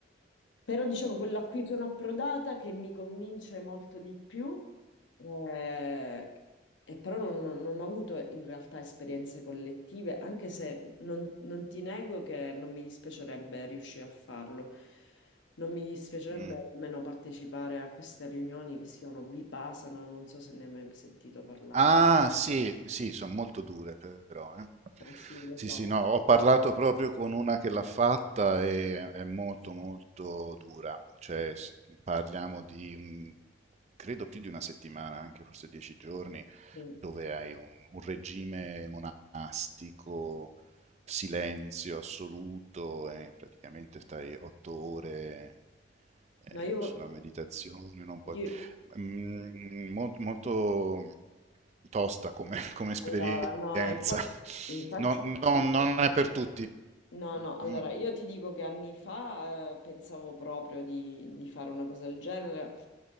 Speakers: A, on the left (about 80°); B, on the right (about 35°).
A: Però diciamo quella a cui sono approdata che mi convince molto di più, eh, e però non, non- non ho avuto in realtà esperienze collettive, anche se non, non ti nego che non mi dispiacerebbe riuscire a farlo. Non mi dispiacerebbe
B: Mm.
A: nemmeno partecipare a queste riunioni che si chiamano Vipassana, non so se ne hai mai sentito parlare.
B: Ah, sì, sì, sono molto dure però, eh.
A: Eh sì, lo
B: Sì,
A: so.
B: sì, no, ho parlato proprio con una che l'ha fatta e è molto molto dura, cioè s- parliamo di, mm, credo più di una settimana, anche forse dieci giorni,
A: Sì.
B: dove hai un, un regime monastico, silenzio assoluto e praticamente stai otto ore eh,
A: No, io,
B: sulla meditazione, non puoi
A: io-
B: mhmm, mol molto tosta come <laughs> come esperienza.
A: allora, no, infatti, infatti
B: Non non non è per tutti.
A: No, no, allora
B: Mh,
A: io ti dico che anni fa eh, pensavo proprio di, di fare una cosa del genere,